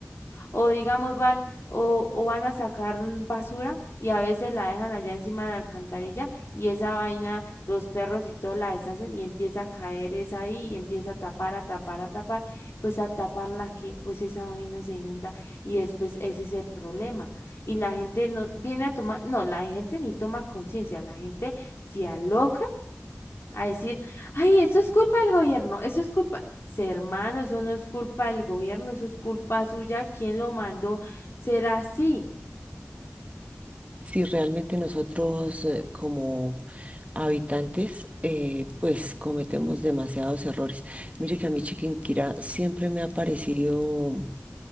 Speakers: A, on the left; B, on the right.
A: o digamos van o, o van a sacar mm, basura y a veces la dejan allá encima de la alcantarilla y esa vaina, los perros y todo la deshacen y empieza a caer esa ahí y empieza a tapar, a tapar, a tapar, pues al taparla que pues esa vaina se inunda y después ese es el problema. Y la gente no viene a tomar, no, la gente ni toma conciencia, la gente se aloca a decir, ay, eso es culpa del gobierno, eso es culpa, "Sí, hermano, eso no es culpa del gobierno, eso es culpa suya, ¿quién lo mandó? Será así.
B: Si realmente nosotros eh, como habitantes, eh, pues cometemos demasiados errores. Mire que a mí Chiquinquirá siempre me ha parecido